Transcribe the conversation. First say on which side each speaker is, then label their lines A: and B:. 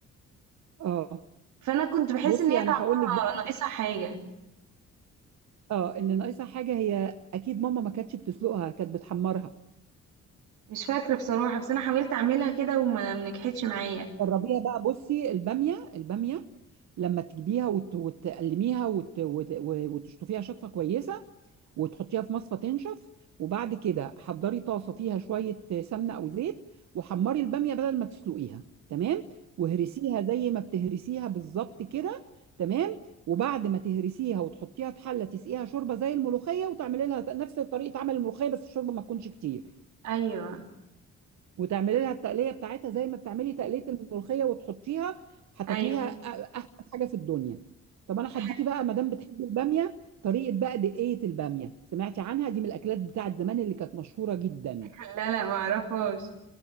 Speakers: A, on the right (about 65°); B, on the right (about 85°).
A: اه
B: فانا كنت بحس
A: بصي
B: ان هي طعمها
A: انا هقول لك بقى
B: ناقصها
A: انت
B: حاجه
A: اه اللي ناقصها حاجه هي اكيد ماما ما كانتش بتسلقها كانت بتحمرها
B: مش فاكره بصراحه بس انا حاولت اعملها كده وما ما نجحتش معايا
A: جربيها بقى بصي الباميه الباميه لما تجيبيها وت... وتقلميها وت... وت... وتشطفيها شطفه كويسه وتحطيها في مصفى تنشف وبعد كده حضري طاسه فيها شويه سمنه او زيت وحمري الباميه بدل ما تسلقيها تمام وهرسيها زي ما بتهرسيها بالظبط كده تمام وبعد ما تهرسيها وتحطيها في حله تسقيها شوربه زي الملوخيه وتعملي لها نفس طريقه عمل الملوخيه بس الشوربه ما تكونش كتير
B: ايوه
A: وتعملي لها التقليه بتاعتها زي ما بتعملي تقليه الملوخيه وتحطيها هتاكليها
B: ايوه
A: أ- احسن حاجه في الدنيا طب انا
B: <laughs>
A: هديكي بقى ما دام بتحبي الباميه طريقه بقى دقيه الباميه سمعتي عنها دي من الاكلات بتاعت زمان اللي كانت مشهوره جدا
B: حلو لا لا ما اعرفهاش